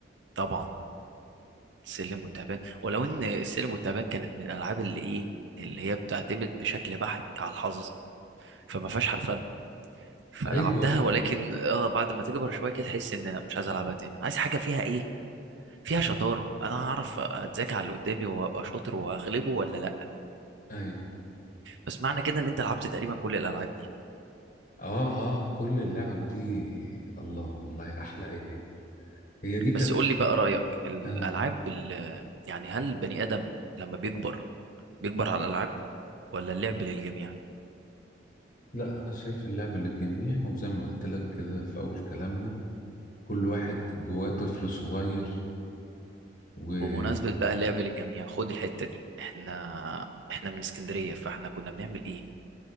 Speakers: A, on the right (about 80°); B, on the left (about 50°).
A: طبعا سلم وتعبان ولو إن السلم والتعبان كانت من الألعاب اللي إيه اللي هي بتعتمد بشكل بحت على الحظ فما فيهاش حرفيا فلعبتها
B: أيوة أيوة
A: ولكن اه بعد ما تكبر شويه كده تحس ان لا مش عايز العبها تاني عايز حاجه فيها ايه فيها شطاره انا هعرف اتذاكى على اللي قدامي وابقى شاطر وهغلبه ولا لا
B: أيوة
A: بس معنى كده ان انت لعبت تقريبا كل الالعاب دي
B: أه أه كل اللعب دي الله والله أحلى أيام هي دي كانت
A: بس قول لي بقى رايك الالعاب
B: آه.
A: ال- يعني هل البني ادم لما بيكبر بيكبر على الالعاب ولا اللعب للجميع
B: لا أنا شايف اللعب للجميع وزي ما قلت لك كده في أول كلامنا كل واحد جواه طفل صغير و
A: بمناسبة بقى اللعب للجميع خد الحتة دي احنا احنا من اسكندرية فاحنا كنا بنعمل ايه